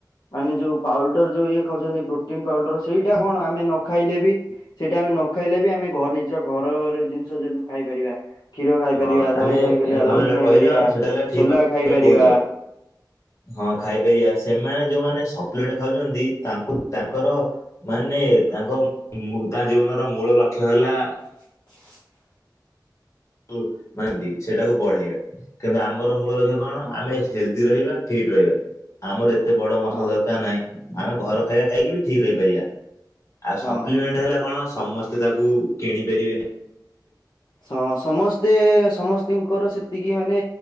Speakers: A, on the left (about 65°); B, on the left (about 40°).
A: ମାନେ ଯୋଉ ପାଉଡର ଯୋଉ ଇଏ ଖାଉଛନ୍ତି ପ୍ରୋଟିନ ପାଉଡର ସେଇଟା
B: ହଁ
A: କଣ ଆମେ ନ ଖାଇଲେ ବି ସେଇଟା ଆମେ ନ ଖାଇଲେ ବି ଆମେ ଘର ନି ନିଜ ଘରରେ ଜିନିଷ ଯଦି ଖାଇପାରିବା କ୍ଷୀର ଖାଇପାରିବା
B: ହଁ
A: ଦହି
B: ଆମେ
A: ଖାଇପାରିବା
B: ତମେ
A: ଲଉଣୀ
B: ଯୋଉଟା
A: ଖାଇପାରିବା
B: କହିଲ ସେଇଟା ହେଲା ଠିକ
A: ସୋଲା
B: କଥା
A: ଖାଇପାରିବା
B: କହୁଛ ହଁ ଖାଇପାରିବା ସେମାନେ ଯୋଉମାନେ ସପ୍ଲିମେଣ୍ଟ ଖାଉଛନ୍ତି ତାଙ୍କୁ ତାଙ୍କର ମାନେ ତାଙ୍କ ମୁ ତା ଜୀବନର ମୂଳ ଲକ୍ଷ୍ୟ ହେଲା
A: <inaudible>
B: <unintelligible> ମନ୍ତି ସେଇଟାକୁ ବଢେଇବା କିନ୍ତୁ ଆମର ମୂଳ ଲକ୍ଷ୍ୟ କଣ
A: ହଁ
B: ଆମେ ହେଲଦି ରହିବା ଫିଟ ରହିବା ଆମର ଏତେ ବଡ ମସଲ
A: ହଁ
B: ଦରକାର ନାହିଁ। ଆମେ ଘର ଖାଇବା ଖାଇକି ବି ଠିକ ରହିପାରିବା ଆଉ
A: ହଁ।
B: ସପ୍ଲିମେଣ୍ଟ ହେଲା କଣ ସମ ସ୍ତେ ତାକୁ କିଣି ପାରିବେନି।
A: ହଁ ସମସ୍ତେ ସମସ୍ତିଙ୍କର ସେତିକି ମାନେ